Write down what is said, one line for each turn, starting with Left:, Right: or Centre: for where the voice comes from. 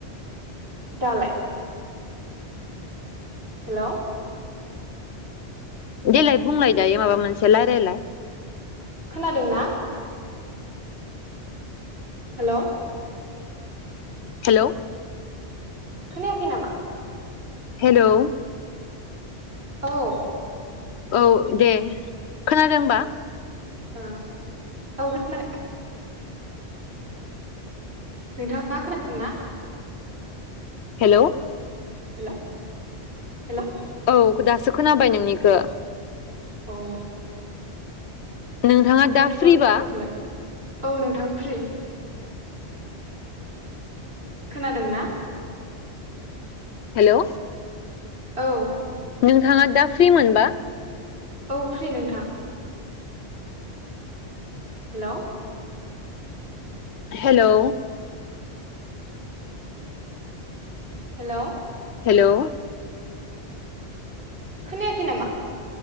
Right: दालाय हेल'
Left: देलाय बुंलाय दायो माबा मोनसे रायलायलाय
Right: खोनादों ना? हेल'
Left: हेल'
Right: खोनायाखै नामा?
Left: हेल'
Right: औ
Left: औ दे खोनादों होनबा
Right: ओ औ खोनादों नोंथाङा खोनादों ना?
Left: हेलौ
Right: हेल' हेल'
Left: औ दासो खोनाबाय नोंनिखो
Right: औ
Left: नोंथाङा दा
Right: नेटवार्क
Left: फ्रिबा
Right: प्रब्लेम औ नोंथां फ्रि खोनादों ना?
Left: हेलौ
Right: औ
Left: नोंथाङा दा फ्रि मोनबा
Right: औ फ्रि नोंथां हेलौ
Left: हेलौ
Right: हेलौ
Left: हेलौ
Right: खोनायाखै नामा?